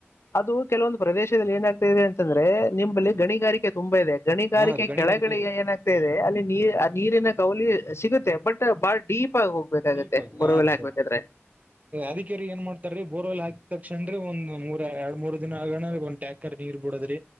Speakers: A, on the left; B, on the right.
A: ಅದು ಕೆಲವೊಂದು ಪ್ರದೇಶದಲ್ಲಿ ಏನಾಗ್ತಾ ಇದೆ ಅಂತಂದ್ರೆ ನಿಮ್ಮಲ್ಲಿ ಗಣಿಗಾರಿಕೆ ತುಂಬಾ ಇದೆ ಗಣಿಗಾರಿಕೆ
B: ಹಾ ರೀ ಗಣಿಗಾರಿಕೆ
A: ಕೆಳಗಡೆ ಏನಾಗ್ತಾ ಇದೆ ಅಲ್ಲಿ ನೀರು ಆ ನೀರಿನ ಕವಲಿ ಸಿಗುತ್ತೆ ಬಟ್ ಬಾಳ ಡೀಪ್ ಆಗಿ ಹೋಗ್ಬೇಕಾಗತ್ತೆ
B: ದೀಪಕ್
A: ಬೋರ್ವೆಲ್
B: ಹಾ ರೀ
A: ಹಾಕ್ಬೇಕಾದ್ರೆ
B: ಸರ್ ಅದಿಕರಿ ಏನ್ ಮಾಡ್ತಾರೀ ಬೋರ್ವೆಲ್ ಹಾಕಿ ತಕ್ಷಣ್ರೆ ಒಂದ್ ಮೂರ ಎರಡ್ ಮೂರ್ ದಿನ ಆಗಣ ಒಂದ ಟ್ಯಾಂಕರ್ ನೀರ್ ಬಿಡೋದ್ರಿ